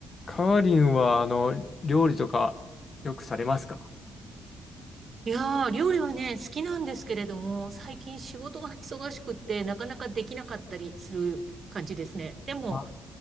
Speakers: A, on the left (about 40°); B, on the right (about 45°).
A: カーリンは、あの、料理とかよくされますか
B: いやー、料理はね、好きなんですけれども、最近仕事が忙しくって、なかなかできなかったりする感じですね。でも、
A: あ